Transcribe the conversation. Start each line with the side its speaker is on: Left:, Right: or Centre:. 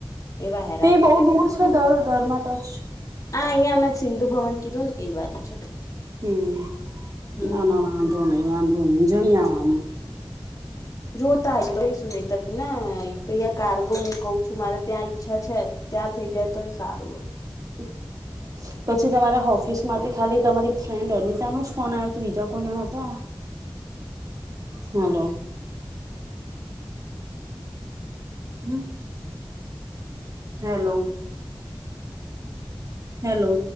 Left: એવા હેરાન
Right: તે
Left: કરે
Right: બહુ દૂર
Left: છે હા
Right: દર દરમાં ટચ
Left: અહિયાં અમે સિંધુ ભવન કીધું ને એ બાજુ છે
Right: હમ
Left: હમ્મ.
Right: ના ના વાંધો નઈ વાંધો નઈિ જઈ આવાનું
Left: જોતા એ તો સુ ને પૈયા કાર્ગો હું કઉ છું મારે ત્યાં ઈચ્છા છે ત્યાં થઈ જાય તો એ સારું હો
Right: હમ પછી તમારા ઓફિસ માંથી ખાલી તમારી ફ્રેન્ડ અનિતા નો જ ફોન આવ્યો હતો બીજા કોઈ નાતા હાલો હમ હેલો હેલો